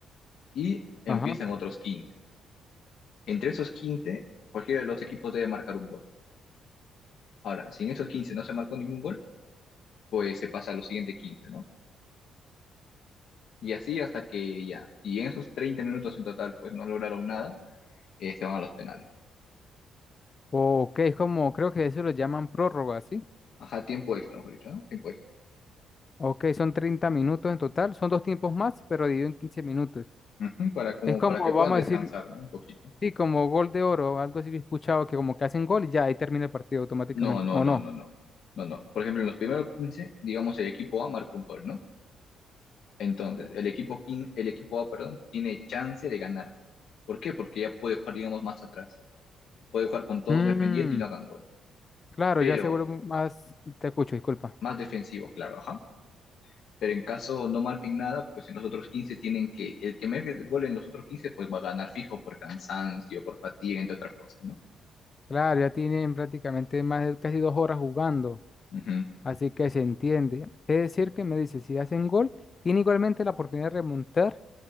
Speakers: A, on the left (about 60°); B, on the left (about 30°).
A: Y empiezan
B: Ajá.
A: otros 15. Entre esos 15, cualquiera de los equipos debe marcar un gol. Ahora, si en esos 15 no se marcó ningún gol, pues se pasa a los siguientes 15, ¿no? Y así hasta que ya, si en esos 30 minutos en total pues no lograron nada, eh, se van a los penales.
B: Ok, es como, creo que eso lo llaman prórroga, ¿sí?
A: Ajá, tiempo extra, mejor dicho, ¿no? Tiempo extra.
B: Ok, son 30 minutos en total, son dos tiempos más, pero dividido en 15 minutos.
A: Ujú, para, como,
B: Es como,
A: para que
B: vamos
A: puedan descansar,
B: a decir,
A: ¿no? Un poquito.
B: sí, como gol de oro, algo así que he escuchado, que como que hacen gol y ya ahí termina el partido automáticamente,
A: No, no,
B: ¿o
A: no,
B: no?
A: no, no. No, no. Por ejemplo, en los primeros 15, digamos, el equipo A marcó un gol, ¿no? Entonces, el equipo, quin- el equipo A, perdón, tiene chance de ganar. ¿Por qué? Porque ya puede jugar, digamos, más atrás. Puede jugar con todos
B: Mm,
A: defendiendo y no hagan gol.
B: claro,
A: Pero
B: ya se vuelve más, te escucho, disculpa.
A: más defensivo, claro, ajá. pero en caso no marquen nada, pues en los otros 15 tienen que, el que marque el gol en los otros 15 pues va a ganar fijo por cansancio, por fatiga, entre otras cosas, ¿no?
B: Claro, ya tienen prácticamente más de casi dos horas jugando,
A: Ujú.
B: así que se entiende. Es decir, que me dice, si hacen gol, tiene igualmente la oportunidad de remontar